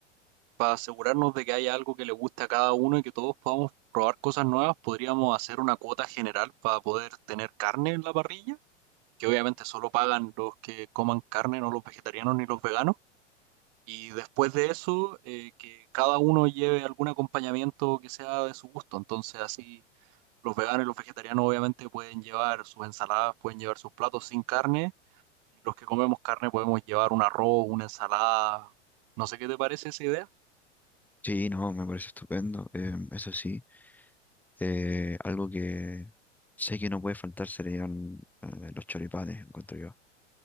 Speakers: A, on the right; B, in the centre.
A: para asegurarnos de que haya algo que le guste a cada uno y que todos podamos probar cosas nuevas, podríamos hacer una cuota general para poder tener carne en la parrilla, que obviamente solo pagan los que coman carne, no los vegetarianos ni los veganos. Y después de eso, eh, que cada uno lleve algún acompañamiento que sea de su gusto. Entonces así Los veganos y los vegetarianos obviamente pueden llevar sus ensaladas, pueden llevar sus platos sin carne. Y los que comemos carne podemos llevar un arroz, una ensalada. No sé qué te parece esa idea.
B: Sí, no, me parece estupendo. Eh, eso sí, eh, algo que sé que no puede faltar serían eh, los choripanes, encuentro yo.